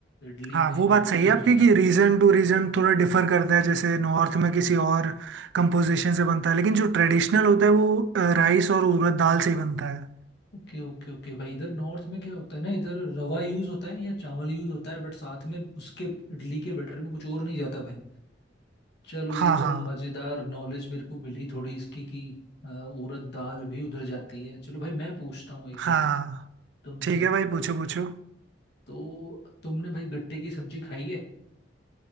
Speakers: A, on the left; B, on the right.
A: इडली
B: हाँ
A: में
B: वो
A: वो
B: बात
A: दोनों
B: सही है
A: यूज
B: आपकी
A: होता
B: कि
A: है
B: रीजन टू रीजन थोड़ा डिफर करता है जैसे नॉर्थ में किसी और कंपोजिशन से बनता है लेकिन जो ट्रेडिशनल होता है वो राइस और उड़द दाल से ही बनता है
A: ओके ओके ओके भाई इधर नॉर्थ में क्या होता है ना इधर रवा यूज होता है या चावल यूज होता है बट साथ में उसके इडली के बैटर में कुछ और नहीं जाता भाई चलो ये
B: हाँ
A: तो
B: हाँ
A: मजेदार नॉलेज मेरे को मिली थोड़ी इसकी कि अ, उड़द दाल भी उधर जाती है चलो भाई मैं पूछता हूँ एक
B: हाँ
A: ना तुमसे
B: ठीक है भाई पूछो पूछो
A: तो तुमने भाई गट्टे की सब्जी खाई है